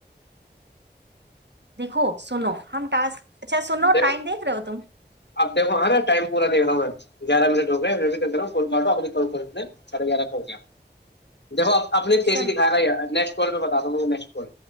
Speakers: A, on the right (about 80°); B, on the left (about 80°).
A: دیکھو سنو ہم ٹاسک اچھا سنو
B: دیکھو
A: ٹائم دیکھ رہے ہو تم
B: اب دیکھو ہ نا ٹائم پورا دیکھ رہا ہوں میں گیارہ منٹ رو تندر کولٹب کو کو سرے او دیکھوپ اپنی تجی
A: چلو
B: دکھا رہے ہے نیکٹ کر ب د تو م نیس کر